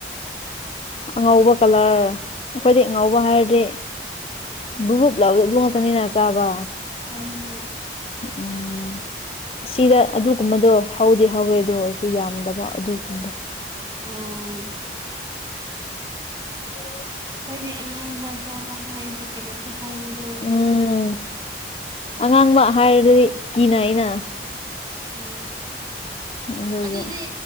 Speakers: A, on the left; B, on the right.
A: ꯑꯉꯧꯕ ꯀꯂꯔ ꯑꯩꯈꯣꯏꯗꯤ ꯑꯉꯧꯕ ꯍꯥꯏꯔꯗꯤ
B: ꯎꯝ
A: ꯞ ꯂꯥꯎꯗ ꯑꯗꯨ ꯉꯥꯛꯛꯇꯅꯤꯅ ꯆꯥꯕ
B: ꯍꯣꯏ ꯍꯣꯏ
A: ꯎꯝ ꯑꯁꯤꯗ ꯑꯗꯨꯒꯨꯝꯕꯗꯣ ꯍꯧꯗꯤ ꯍꯧꯋꯦ ꯑꯗꯨ ꯑꯣꯏꯔꯁꯨ ꯌꯥꯝꯗꯕ ꯑꯗꯨꯒꯗꯣ
B: ꯑꯣ
A: ꯑꯣ
B: ꯑꯩꯈꯣꯏꯗꯤ ꯑꯉꯥꯡ ꯃꯆꯥꯕ ꯍꯥꯏꯔꯗꯤ ꯀꯩꯅꯣꯝꯇ ꯍꯧꯕꯗꯣ
A: ꯎꯝ
B: ꯎꯝ
A: ꯑꯉꯥꯡꯕ ꯍꯥꯏꯔꯗꯤ ꯀꯤꯅ ꯑꯩꯅ
B: ꯎꯝ
A: ꯑꯗꯨꯒꯤ
B: ꯑꯗꯨꯗꯤ